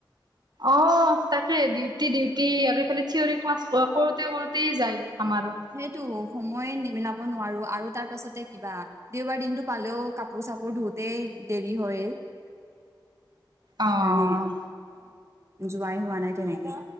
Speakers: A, on the right (about 60°); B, on the right (about 35°).
A: অ তাকে ডিউটি ডিউটি আৰু এইফালে চিঞৰি ক্লাছ কৰোঁতে কৰোঁতে তে যায় আমাৰো।
B: টো সময় নি মিলাব নোৱাৰো আৰু তাৰ পাছতে কিবা দেওবাৰ দিনটো পালেও কাপোৰ-চাপোৰ ধুওতেই দেৰি হয়। সেইকাৰণে
A: অ
B: যোৱাই হোৱা নাই তেনেকে।